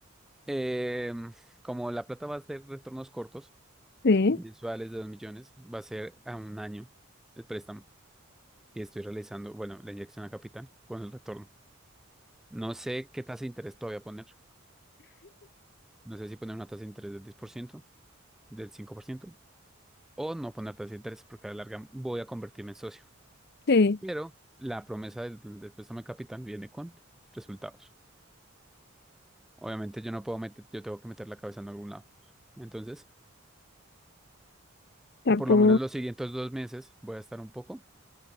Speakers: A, in the centre; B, on the left.
A: em, como la plata va a ser retornos cortos,
B: Sí,
A: mensuales de 2 millones, va a ser a un año el préstamo que estoy realizando, bueno, la inyección a capital con el retorno. No sé qué tasa de interés todavía voy a poner. No sé si poner una tasa de interés del 10% del 5% o no poner tasa de interés porque a la larga voy a convertirme en socio.
B: sí.
A: Pero la promesa del, del préstamo de capital viene con resultados. Obviamente yo no puedo meter, yo tengo que meter la cabeza en algún lado. Entonces,
B: Tapo,
A: por lo menos los siguientes dos meses voy a estar un poco